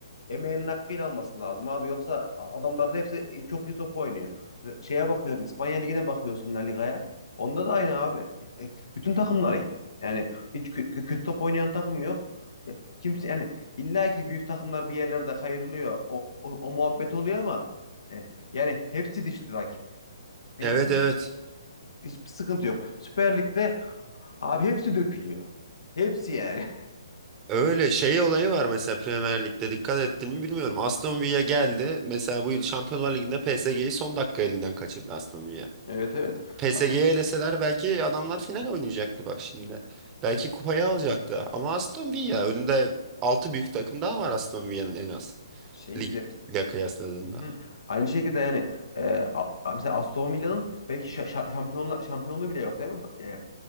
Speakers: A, on the left (about 85°); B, on the right (about 15°).
A: emeğinin hakkıyla alması lazım abi. Yoksa a- adamların hepsi e, çok iyi top oynuyor. Şeye bakıyorsun İspanya Ligi'ne bakıyorsun La Liga'ya. Onda da aynı abi. E, e, bütün takımlar iyi. Yani hiç kö- kö- kötü top oynayan takım yok. E, kimse yani illa ki büyük takımlar bir yerlerde kayırılıyor. O, o, o muhabbet oluyor ama e, yani hepsi dişli rakip. Hepsi
B: Evet evet.
A: hiçbir sıkıntı yok. Süper Lig'de abi hepsi dökülüyor. Hepsi yani. <laughs>
B: Öyle şey olayı var mesela Premier Lig'de dikkat ettin mi bilmiyorum. Aston Villa geldi. Mesela bu yıl Şampiyonlar Ligi'nde PSG'yi son dakika elinden kaçırdı Aston Villa.
A: Evet evet.
B: PSG'ye
A: A-
B: eleseler belki adamlar final oynayacaktı bak şimdi. Belki kupayı alacaktı. Ama Aston Villa önünde 6 büyük takım daha var Aston Villa'nın en az.
A: Şeyi
B: Ligle
A: bile
B: kıyasladığında.
A: Hı hı. Aynı şekilde yani e, a- a- mesela Aston Villa'nın belki şa- şa- şampiyonla şampiyonluğu bile yok değil mi? E, e,